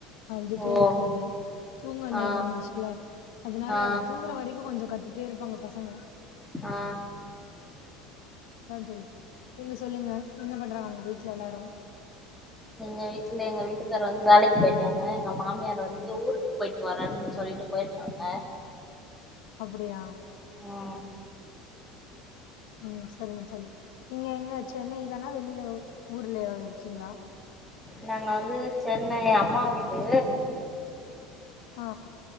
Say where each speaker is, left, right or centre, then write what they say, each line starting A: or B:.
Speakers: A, on the left (about 75°); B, in the centre.
A: அழுதுட்டே
B: ஓ
A: இருக்கிறது தூங்க நேரோ
B: ஆ
A: வந்துச்சுல அதுனால
B: ஆ
A: அது தூங்குற வரைக்கூ கொஞ்சோ கத் திட்டே இருப்பாங்க பசங்க
B: ஆ
A: தா தோழி நீங்க சொல்லுங்க என்ன பண்றாங்க உங்க வீட்ல எல்லாரூ
B: எங்க வீட்ல எங்க வீட்டுக்கார் வந்து வேலைக்கு போயிட்டாங்க எங்க மாமியார் வந்து ஊருக்கு போயிட் வரேன்னு சொல்லிட்டு போயிருக்காங்க
A: அப்டியா
B: ம்
A: ம் சரிங்க தோழி நீங்க எங்க சென்னை தானா வெளியில ஊர்ல எதா இருக்கீங்களா
B: நாங்க வந்து சென்னை அம்மா வீடு
A: ஆ